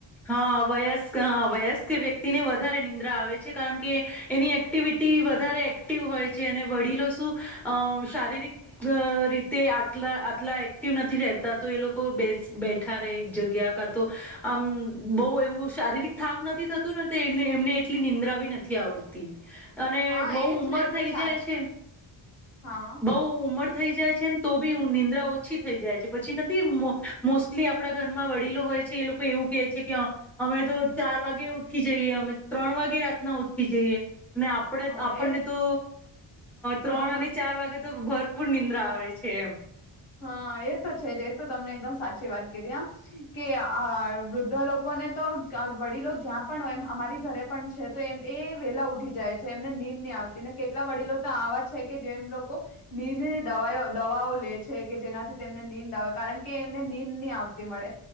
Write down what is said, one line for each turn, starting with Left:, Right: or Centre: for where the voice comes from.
Centre: હા વયસ્ક હા વયસ્ક વ્યક્તિને વધારે નિંદ્રા આવે છે. કારણ કે એની એક્ટિવિટી વધારે એક્ટિવ હોય છે. અને વડીલો શું અ શારીરિક રીતે આટલા આટલા એક્ટિવ નથી. રહેતા તો એ લોકો બેસ બેઠા રહે એક જગ્યા કા તો આમ બહુ એવું શારીરિક થાક નથી થતું. ને એમને એટલી નિંદ્રા બી નથી આવડતી. અને
Left: હા
Centre: બહુ
Left: એજ
Centre: ઉમર
Left: ને
Centre: થઇ
Left: તો સારી
Centre: જાય છે.
Left: હા
Centre: બઉ ઉંમર થઈ જાય છે ને તો બી નિંદ્રા ઓછી થઈ જાય છે્ પછી નથી મોસ્ટલી આપડા ઘરમાં વડીલો હોય છે એ લોકો એવું કેહે છે કે અમે તો ચાર વાગે ઉઠી જઈએ અમે તો, ત્રણ વાગે રાતના ઉઠી જઈએ. આપણે
Left: હા
Centre: આપણને
Left: એ
Centre: તો ત્રણ
Left: હા
Centre: અને તો ભરપૂર નિંદ્રા આવે છે એમ.
Left: હા એ તો છે એ તો તમને એકદમ સાચી વાત કીધી હ કે આ વૃદ્ધ લોકોને તો વડીલો જ્યાં પણ હોય એમ અમારી ઘરે પણ છે. તો એ એ વેલા ઉઠી જાય છે. એમને નીંદ નહી આવતીને કેટલા વડીલો તો આવા છે કે જેમ લોકો નીંદ દવાઓ લે છે. કે જેનાથી તેમને નીંદ આવે. કારણ કે એમને નીંદ નહી આવતી મળે